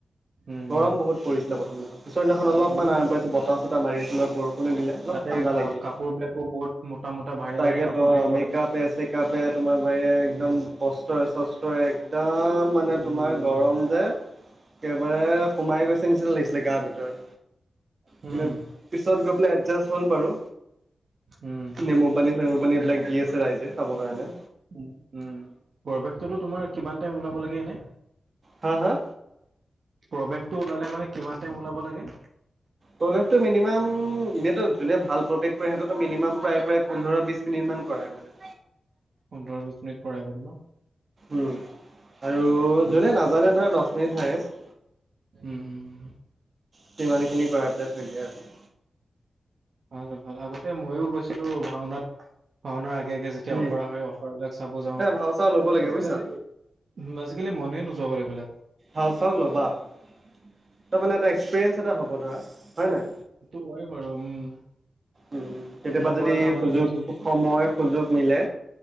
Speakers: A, on the right; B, on the right.
A: উম
B: গৰম
A: উম
B: বহুত পৰিছিলে প্ৰথম দিনাখন। পিছৰ দিনাখন অলপমান
A: উম
B: আৰাম পাইছো বতাহ-চতাহ মাৰি আছিল। অলপ বৰ দিলে অলপ
A: তাতে
B: ঠাণ্ডা
A: কা
B: লাগিলে।
A: কাপোৰ বিলাকো বহুত মোটা মোটা ভাৰী
B: তাকেটো
A: ভাৰী কাপোৰ পিন্ধিব
B: মেকআপে
A: লাগে ন
B: কিতাপে তোমাৰ ভাৰীয়ে একদম
A: ইচ
B: বস্ত্ৰৰে-চস্ত্ৰৰে একদম মানে তোমাৰ
A: উম
B: গৰম যে একেবাৰে সোমাই গৈছে নিচিনা লাগিছিলে গাৰ ভিতৰত,
A: উম
B: কিন্তু পিছত গৈ পেলাই এডজাষ্ট হ'ল বাৰু।
A: উম
B: নেমু পানী চেমু পানী এইবিলাক দি আছে ৰাইজে। হ'ব কাৰণে
A: উম, উম পৰিৱেশটোতো তোমাৰ কিমান টাইম ওলাব লাগে এনে?
B: হা হা
A: প্ৰৱেশটো ওলালে মানে কিমান টাইম ওলাব লাগে?
B: প্ৰৱেশটো মিনিমাম এনেতো যোনে ভাল প্ৰৱেশ কৰে শিহঁতেটো মিনিমাম প্ৰায় - প্ৰায় পোন্ধৰ বিছ নিৰ্মাণ কৰা হয় মানে।
A: পোন্ধৰ বিশ মিনিট কৰাই কৰি ন?
B: উম, আৰু
A: উম,
B: যোনে নাজানে ধৰা দছ মিনিট হায়েষ্ট।
A: উম, উম।
B: সিমানখিনি কৰাই পেলাই থৈ দিয়ে আজি।
A: ভাল-ভাল আগতে মইয়ো গৈছিলো ভাওনাত। ভাওনাৰ আগে-আগে যেতিয়া
B: উম
A: অখৰা হয়, অখৰাবিলাক চাব যাও
B: তই ভাও চাও ল'ব লাগে
A: আজিকালিত
B: বুজিছা
A: আজিকালি মনেই নোযাৱা এইবিলাক।
B: ভাও চাও ল'বা তাৰ মমানে এটা এক্সপিৰিয়েঞ্চ এটা হ'ব ধৰা হয় নাই।
A: সেইটো হয় বাৰু উম,
B: উম, কেতিয়াবা
A: নকৰা
B: যদি
A: কাম
B: সুযোগ
A: এটা হৈছে।
B: সময় সুযোগ মিলে